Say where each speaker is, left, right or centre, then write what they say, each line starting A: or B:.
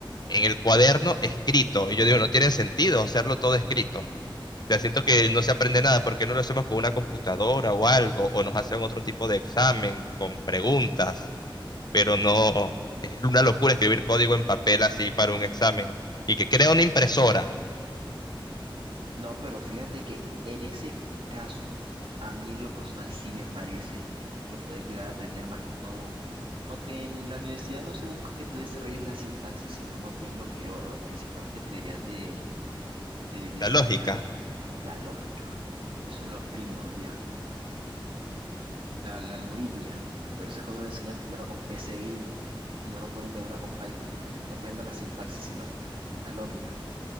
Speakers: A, on the left; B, on the right.
A: en el cuaderno escrito. Y yo digo, no tiene sentido hacerlo todo escrito. Ya siento que no se aprende nada, ¿por qué no lo hacemos con una computadora o algo? O nos hacen otro tipo de examen con preguntas, pero no, es una locura escribir código en papel así para un examen. Y que crea una impresora,
B: No, pero fíjate que en ese caso, a mí en lo personal sí me parece que puedes llegar a aprender más que todo. Aunque en la universidad no se busca que tú desarrolles la sintaxis, sino más bien lo que lo, lo principal que te deberías de de desarrollar
A: la lógica,
B: la lógica. Eso es lo primordial, la, la algoritmia. Por eso es que uno le enseñan primero con PSeInt y no lo ponen de una con Python, para que no te aprenda la sintaxis, sino la lógica.